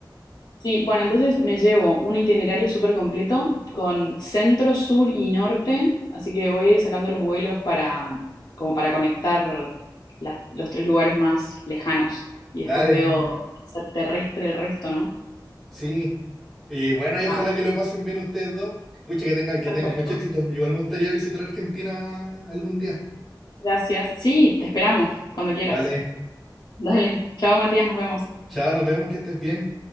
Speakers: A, on the left; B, in the centre.
A: sí, bueno, entonces me llevo un itinerario súper completo con centro, sur y norte, así que voy a ir sacando los vuelos para, como para conectar las- los tres lugares más lejanos y
B: Dale,
A: después veo ser terrestre el resto, ¿no?
B: sí. Y bueno, y ojalá
A: Ah,
B: que lo pasen bien ustedes dos. Pucha, que tengan, que
A: perfecto.
B: tengan mucho éxito. Igual me gustaría visitar Argentina algún día.
A: Gracias. Sí, te esperamos cuando quieras.
B: Vale,
A: Dale. Chao, Matías, nos vemos.
B: chao, nos vemos, que estés bien.